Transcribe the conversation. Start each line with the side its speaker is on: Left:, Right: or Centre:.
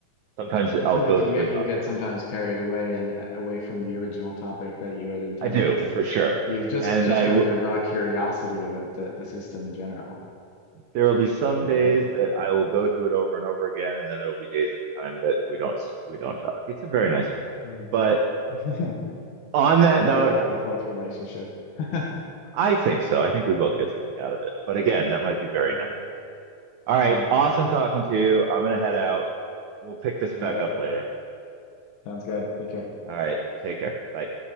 Right: Sometimes
Left: I
Right: I'll
Left: feel
Right: go
Left: like you
Right: to
Left: get
Right: it.
Left: you
Right: uh,
Left: get sometimes carried away and uh, away from the original topic that you had intended
Right: I do for
Left: to
Right: sure.
Left: You just
Right: And
Left: just
Right: I
Left: from
Right: will,
Left: your raw curiosity about the, the system in general,
Right: there will be some
Left: you
Right: days
Left: know?
Right: that I will go to it over and over again, and then there will be days at a time that we don't we don't talk. It's a very nice balance.
Left: Mm.
Right: But
Left: <laughs>
Right: on that
Left: A
Right: note,
Left: good back and forth relationship. <laughs>
Right: I think so. I think we both get something out of it. But again, that might be very
Left: Mm,
Right: nice. All right.
Left: mm.
Right: Awesome talking to you. I'm going to head out. We'll pick this
Left: All
Right: back
Left: right.
Right: up later.
Left: Sounds good. Take care.
Right: All right. Take care. Bye.